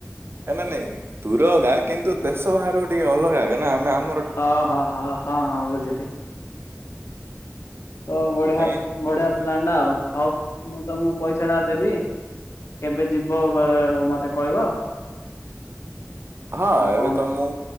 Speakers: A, on the right (about 50°); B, on the left (about 65°).
A: ନା ନା ନାଇଁ ଦୁର ଆକା କିନ୍ତୁ ଦେଶ ବାହାରୁ ଟିକେ ଅଲଗା ନା ଆମେ ଆମ
B: ହଁ ହଁ ହଁ ହଁ ହଁ ବୁଝିଲି ତ ବଢିଆ
A: ସେଇଥିପାଇଁ
B: ବଢିଆ ପ୍ଲାନ୍ ଟା ଆଉ ହଉ ମୁଁ ତମକୁ ପଇସା ଟା ଦେବି କେବେ ଯିବ ବ ମତେ କହିବ।
A: ହଁ
B: ଆଉ କଣ
A: ଏବେ ତ ମୁଁ।